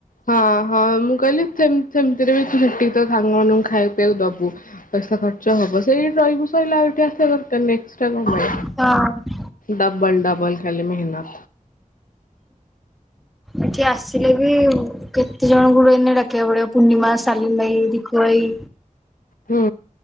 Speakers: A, on the left; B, in the centre.
A: ହଁ ହଁ ମୁଁ କହିଲି ସେମ୍ ସେମିତିରେ ବି ସେଟି ତା ସାଙ୍ଗ ମାନଙ୍କୁ ଖାଇବାକୁ ପିଇବାକୁ ଦବୁ ପଇସା ଖର୍ଚ୍ଚ ହବ ସେଇଟି ରହିବୁ ସଇଲା ଆଉ ଏଠି ଆସିବା ଦରକାର ନାହିଁ ଏକ୍ସଟ୍ରା କଣ ପାଇଁ?
B: ହଁ।
A: ଡବଲ୍ ଡବଲ୍ ଖାଲି ମେହନତ
B: ଏଠି ଆସିଲେ ବି କେତେ ଜଣଙ୍କୁଠୁ ଏଇନେ ଡାକିବାକୁ ପଡିବ ପୂର୍ଣିମା ସାଲିମ୍ ଭାଇ, ରିକୁ ଭାଇ
A: ହୁଁ।